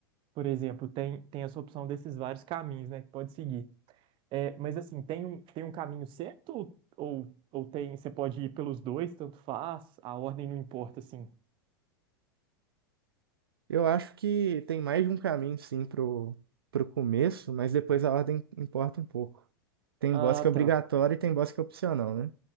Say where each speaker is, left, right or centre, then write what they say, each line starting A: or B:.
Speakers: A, on the right (about 45°); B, on the right (about 80°).
A: por exemplo, tem, tem essa opção desses vários caminhos, né, que pode seguir. É, mas assim, tem um, tem um caminho certo ou, ou, ou tem, você pode ir pelos dois, tanto faz, a ordem não importa, assim.
B: Eu acho que tem mais de um caminho, sim, pro, pro começo, mas depois a ordem importa um pouco. Tem
A: Ah,
B: boss que é obrigatório
A: tá.
B: e tem boss que é opcional, né?